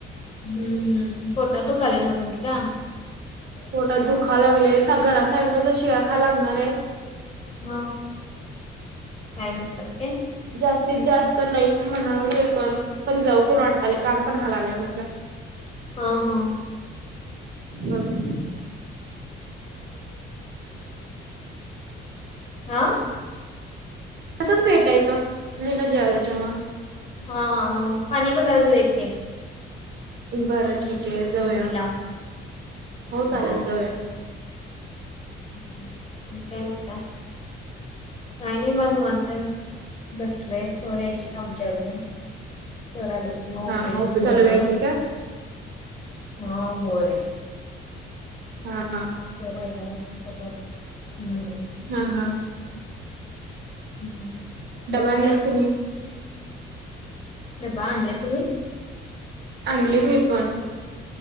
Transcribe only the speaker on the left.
हम्म हम्म पोटात दुखालय न्हव तुमच्या?
हो. काय म्हणतात ते?
हा हा.
आ?
हा पाणी बघायला जाऊया की.
दिंडीला
हा
हम्म आणि काय म्हणताय? काय नाही मग निवांत. <unintelligible> बसलोय. सर यायचे आहेत आमचे अजून. सर आले मग ओपिडी
सुरू
होणार,
हा होय.
सर आले वाटतं <unintelligible> हम्म.
हम्म हम्म.
डबा आणलाय तुम्ही?